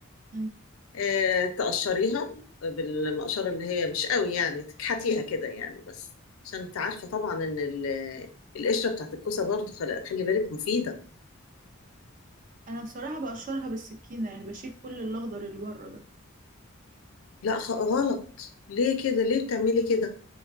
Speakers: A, on the right; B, on the left.
A: مم.
B: آه، تقشريها بالمقشرة اللي هي مش قوي يعني تكحتيها كده يعني بس عشان انت عارفة طبعا ان ال- القشرة بتاعت الكوسة برضو خل- خلي بالك مفيدة
A: انا بصراحة بقشرها بالسكينة يعني بشيل كل الاخضر اللي بره ده
B: لا خ- غلط ليه كده ليه بتعملي كده